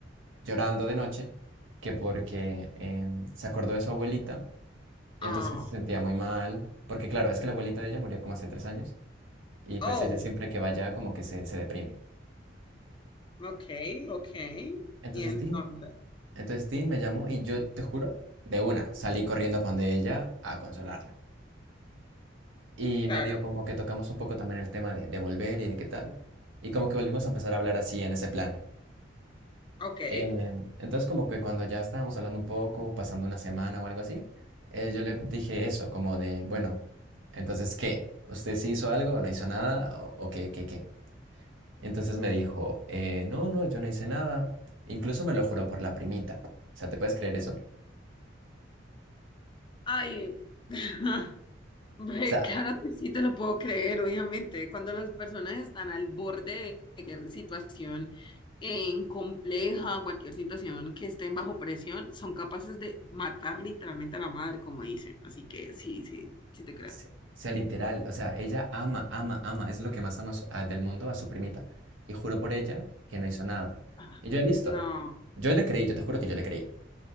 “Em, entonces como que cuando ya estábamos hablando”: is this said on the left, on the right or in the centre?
Right